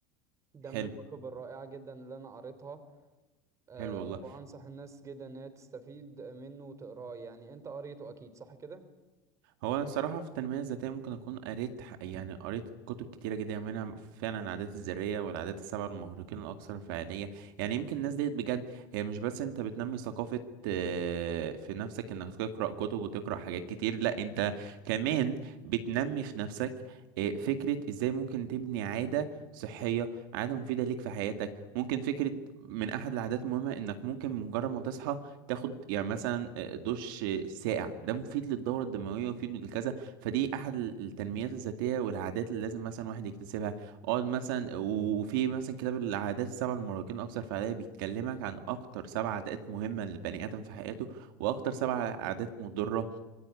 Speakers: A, on the right (about 30°); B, on the right (about 75°).
A: ده
B: حلو
A: من الكتب الرائعة جدا اللي انا قريتها أه
B: حلو والله
A: وانصح الناس جدا ان هي تستفيد منه وتقراه يعني انت قريته اكيد صح كده
B: هو أنا صراحة في التنمية الذاتية ممكن أكون قريت ح- يعني قريت كتب كتيرة جدا منها فعلا العادات الذرية والعادات السبعة المهرقين الأكثر فعالية يعني يمكن الناس ديت بجد هي مش بس أنت بتنمي ثقافة آه، في نفسك إنك تقرأ كتب وتقرأ حاجات كتير لأ أنت كمان بتنمي في نفسك آه، فكرة إزاي ممكن تبني عادة صحية عادة مفيدة ليك في حياتك ممكن فكرة من أحد العادات المهمة إنك ممكن مجرد ما تصحى تاخد يعني مثلا آه، دش ساقع ده مفيد للدوره الدمويه ومفيد للكذا فدي احد التنميات الذاتيه والعادات اللي لازم مثلا واحد يكتسبها اقعد مثلا وفي مثلا كتاب العادات السبع للمراهقين اكثر فعاليه بيتكلمك عن اكتر سبع عادات مهمه للبني ادم في حياته واكتر سبع عادات مضره